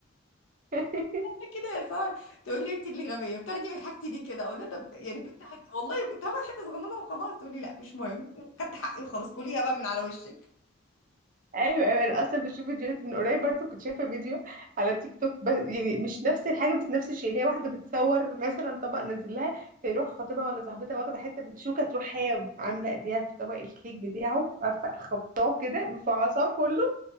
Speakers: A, on the right; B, on the left.
A: <laughs>
B: انا كده يا ساره تقول لي انت اللي غبيه بتاخدي من حاجتي ليه كده اقول لها طب يعني كنت هت... والله كنت هاخد حته صغننه وخلاص تقول لي لا مش مهم خدت حقي وخلاص كليها بقى من على وشك
A: ايوه ايوه انا اصلا بشوف فيديوهات من قريب برضو كنت شايفه فيديو على تيك توك بس يعني مش نفس الحاجه بس نفس الشيء اللي هي واحده بتصور مثلا طبق نازل لها فيروح خطيبها ولا صاحبتها واخده حته بالشوكه تروح هي عامله ايديها في طبق الكيك بتاعه عارفه خبطاه كده مفعصاه كله